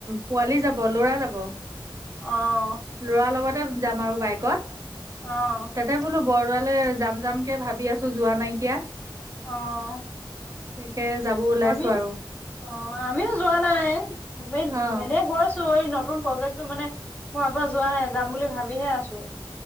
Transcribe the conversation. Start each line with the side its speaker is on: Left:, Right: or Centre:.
Right: পোৱালি যাব, ল'ৰা যাব।
Left: অ'।
Right: ল'ৰা লগতে যাম আৰু বাইকত।
Left: অ'।
Right: তাতে বোলো বৰদোৱালে যাম যামকে ভাবি আছোঁ যোৱা নাইকিয়া।
Left: অ'।
Right: কে যাব ওলাইছো
Left: আমিও
Right: আৰু
Left: অ' আমিও যোৱা নাই এই
Right: অ',
Left: এনে গৈছো এই ন তুন প্ৰজেক্টটো মানে হোৱাৰ পৰা যোৱা নাই যাম বুলি ভাবিহে আছো।